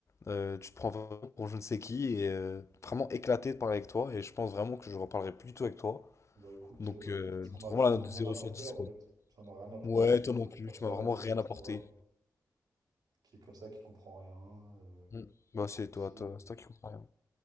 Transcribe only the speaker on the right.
Bah écoute,
euh,
ça m'a
absolument
rien
apporté
en
fait. Ça m'a rien apporté
de parler
avec
une personne,
euh,
tu
vois, qui est comme ça, qui comprend rien, euh,
qui
est aussi,
euh,